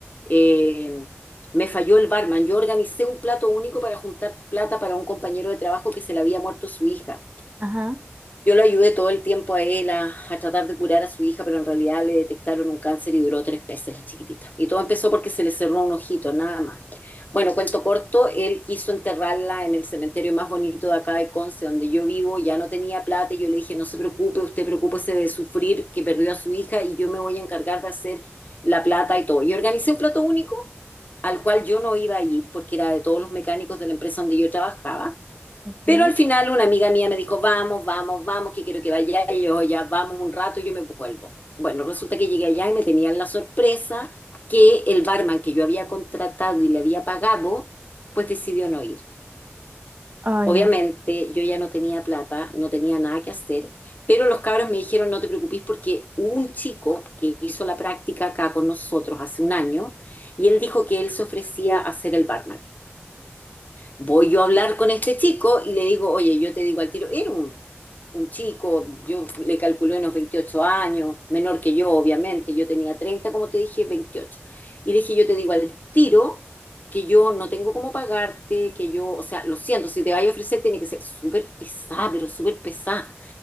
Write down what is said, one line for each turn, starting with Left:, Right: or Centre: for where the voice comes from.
Left: eh, me falló el barman. Yo organicé un plato único para juntar plata para un compañero de trabajo que se le había muerto su hija.
Right: Ajá,
Left: Yo lo ayudé todo el tiempo a él a, a tratar de curar a su hija, pero en realidad le detectaron un cáncer y duró tres meses la chiquitita. Y todo empezó porque se le cerró un ojito, nada más. Bueno, cuento corto, él quiso enterrarla en el cementerio más bonito de acá de Conce, donde yo vivo, ya no tenía plata y yo le dije, no se preocupe, usted preocúpese de sufrir que perdió a su hija y yo me voy a encargar de hacer la plata y todo. Y organicé un plato único al cual yo no iba a ir porque era de todos los mecánicos de la empresa donde yo trabajaba
Right: ok.
Left: pero al final una amiga mía me dijo, vamos, vamos, vamos, que quiero que vaya. Y yo, ya, vamos un rato, yo me vuelvo. Bueno, resulta que llegué allá y me tenían la sorpresa que el barman que yo había contratado y le había pagado, pues decidió no ir.
Right: Ay,
Left: Obviamente
Right: no.
Left: yo ya no tenía plata, no tenía nada que hacer, pero los cabros me dijeron, no te preocupes porque hubo un chico que hizo la práctica acá con nosotros hace un año y él dijo que él se ofrecía a ser el barman. Voy yo a hablar con este chico y le digo, oye, yo te digo al tiro, era un, un chico, yo le calculé unos 28 años, menor que yo, obviamente, yo tenía 30 como te dije, veintiocho Y le dije, yo te digo al tiro que yo no tengo cómo pagarte, que yo, o sea, lo siento, si te vaya a ofrecer tiene que ser súper pesada, pero súper pesada.